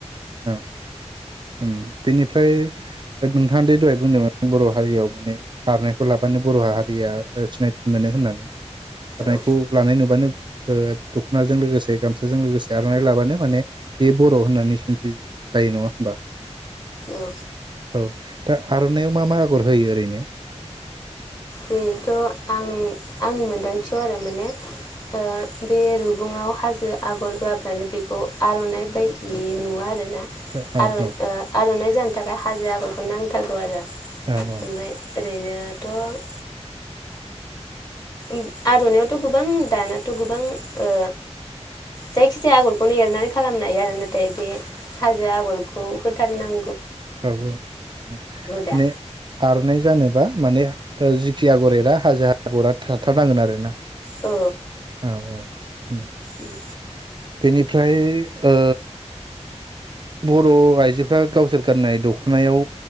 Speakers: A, on the right; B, on the left.
A: औ उम बेनिफ्राय नोंथाङा दे दहाय बुंदोंमोन बर' हारियाव माने आर'नाइखौ लाबानो बर' हारिया सिनायथि मोनो होननानै आर'नाइखौ
B: औ
A: लानाय नुबानो ओ दख'नाजों लोगोसे गामसाजों लोगोसे आर'नाइ लाबा नों माने बे बर' होननानै सोंस्रि जायो नङा होमबा?
B: औ
A: औ दा आर'नाइयाव मा मा आगर होयो ओरैनो?
B: बेथ आं आंनि मोनदांथियाव आरो माने ओ बे रुगुङाव हाजो आगर होआब्लानो बेखौ आर'नाइ बायदि नुवा आरोना।
A: औ
B: आरो
A: औ
B: ओ आर'नाइ फुजानि थाखाय हाजो आग'रखौ नांथारगौ आरो ओमफ्राय
A: औ
B: ओरैनो दं। ओम आर'नाइआवथ' गोबां दानाथ' गोबां ओ जायखि जाया आगरखौनो एरनानै खालामनो हायो आरो ना थाय बे हाजो आगर खौ होथारनां
A: औ औ औ माने
B: दा
A: आर'नाइ जानोबा माने ओ जि खि आगर एरा हाजो आगरा थाथारनांगोन आरो ना।
B: औ।
A: औ औ ओम।
B: उम
A: बेनिफ्राय ओ बर' आइजोफ्रा गावसोर गाननाय दख'नायाव